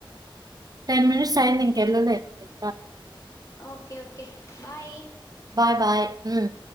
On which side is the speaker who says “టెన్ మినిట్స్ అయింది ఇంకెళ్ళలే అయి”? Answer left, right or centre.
Right